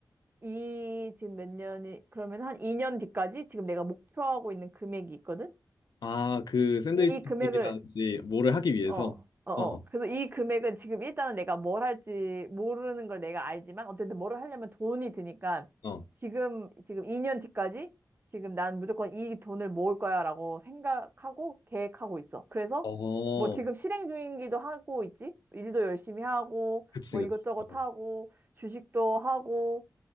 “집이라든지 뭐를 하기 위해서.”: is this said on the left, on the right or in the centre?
Left